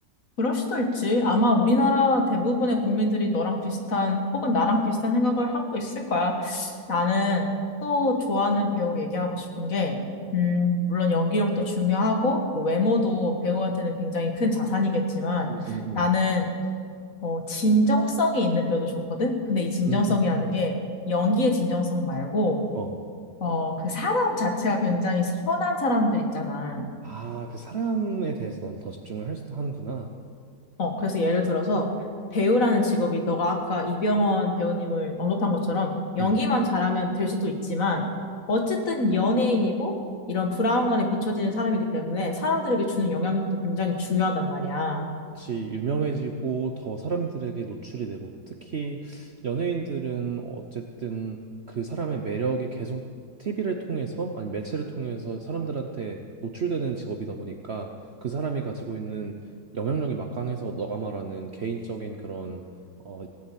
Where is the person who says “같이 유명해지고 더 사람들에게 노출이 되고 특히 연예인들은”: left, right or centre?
Right